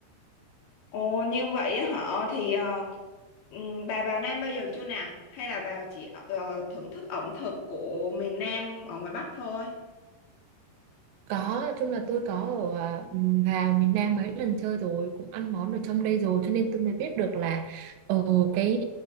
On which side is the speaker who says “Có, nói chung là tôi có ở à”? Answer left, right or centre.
Right